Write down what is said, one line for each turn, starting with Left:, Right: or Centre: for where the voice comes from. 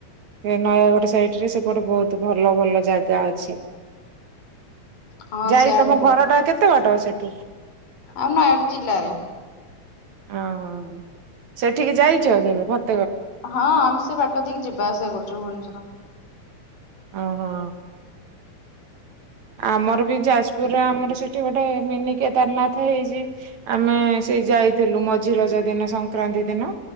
Right: ସେ ନୟାଗଡ ସାଇଟ ରେ ସେପଟେ ବହୁତ ଭଲ ଭଲ ଜାଗା ଅଛି।
Left: ହଁ
Right: ଯାଇ
Left: ସେଆଡେ
Right: ତମ
Left: ବହୁ
Right: ଘର ଟା କେତେ ବାଟ ସ ସେଠୁ।
Left: ଆଉ ନୟାଗଡ଼ ଜିଲ୍ଲାରେ
Right: ଓହୋ। ସେଠିକି ଯାଇଚ କେବେ ଫତ
Left: ହଁ ଆମସେ ବା ତ ଟିକି ଯିବା ଆସିବା କରୁଚୁ ଭୁବନେଶ୍ୱର।
Right: ଓ ହୋ। ଆମର ବି ଯାଜପୁରରେ ଆମର ସେଠି ଗୋଟେ ମିନି କେଦାରନାଥ ହେଇଚି, ଆମେ ସେଇ ଯାଇଥିଲୁ ମଝି ରଜ ଦିନ ସଂକ୍ରାନ୍ତି ଦିନ।